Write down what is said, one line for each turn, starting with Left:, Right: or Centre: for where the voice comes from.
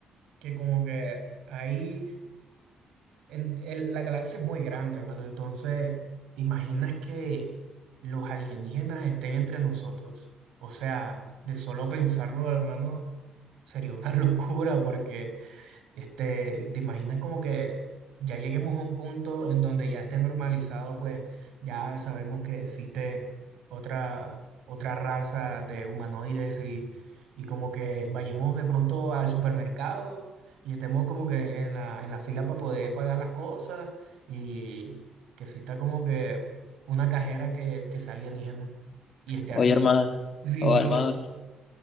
Right: que como que ahí, en, el- la galaxia es muy grande, hermano. Entonces, ¿te imaginas que los alienígenas estén entre nosotros? O sea, de solo pensarlo, hermano, sería una <laughs> locura porque... Este, y te imaginas como que ya lleguemos a un punto en donde ya esté normalizado, pues ya sabemos que existe otra, otra raza de humanoides y, y como que vayamos de pronto al supermercado y estemos como que en la, en la fila para poder pagar las cosas y que exista como que una cajera que, que sea alienígena y esté
Left: Oye,
Right: así.
Left: hermano,
Right: Sí,
Left: o
Right: sí.
Left: hermanos,